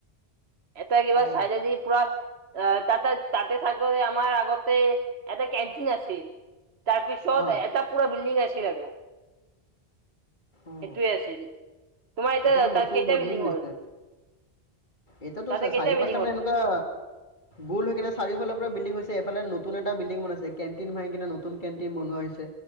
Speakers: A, on the right (about 75°); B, on the left (about 50°).
A: এটা কিবা
B: অ
A: চাইডেদি পুৰা আহ তাত তাতে চাগৈ আমাৰ আগতে এটা কেনটিন আছে ছিল, তাৰপিছত
B: অ
A: এটা পুৰা বিল্ডিং আছিল আৰু।
B: অ
A: সেইটোৱে আছিল। তোমাৰ এতিয়া
B: এতিয়াতো
A: তাত
B: বস্তু
A: কেইটা
B: বদলি
A: বিল্ডিং
B: গৈছে।
A: হ'ল
B: এতিয়াতো
A: তাতে কেইটা
B: চাৰি
A: বিল্ডিং
B: পাঁচটা
A: হ'ল
B: মানে এনেকুৱা গোল হৈ কিনে চাৰিওফালৰ পৰা বিল বিল্ডিং হৈছে এইফালে নতুন এটা বিল্ডিং বনাইছে কেটিন ভঙি কিনে নতুন কেণ্টিন বনোৱা হৈছে,